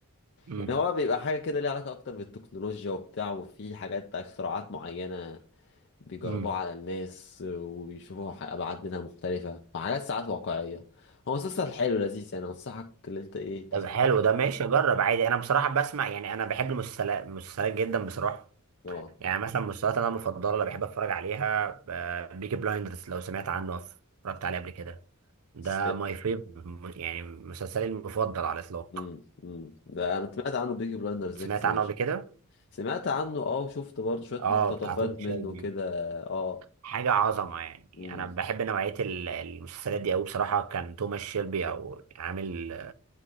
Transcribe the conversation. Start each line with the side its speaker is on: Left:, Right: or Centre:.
Right: امم
Left: يعني هو بيبقى حاجة كده ليها علاقة أكتر بالتكنولوجيا وبتاع وفي حاجات اختراعات معينة بيجربوه
Right: امم
Left: على الناس وبيشوفوا ح- ابعاد منها مختلفه وحاجات ساعات واقعيه هو مسلسل حلو لذيذ يعني انصحك ان انت ايه تتفرج
Right: طب حلو ده ماشي جرب عادي انا بصراحه بسمع يعني انا بحب المسلسلات المسلسلات جدا بصراحه
Left: عليه. اه
Right: يعني مثلا المسلسلات انا المفضله اللي بحب اتفرج عليها آه، بيكي بلايندرز لو سمعت عنه أو اتفرجت عليه قبل كده ده
Left: س-
Right: ماي فيف يعني مسلسلي المفضل على الاطلاق
Left: مم، مم. ده انا سمعت عنه بيكي بلايندرز
Right: سمعت
Left: ده كتير
Right: عنه قبل كده
Left: سمعت عنه اه وشفت برضه شويه
Right: اه
Left: مقتطفات
Right: بتاع توم شيلبي
Left: منه كده اه
Right: حاجه عظمه يعني
Left: مم.
Right: انا بحب نوعيه ال- المسلسلات دي قوي بصراحه كان توماس شيلبي او عامل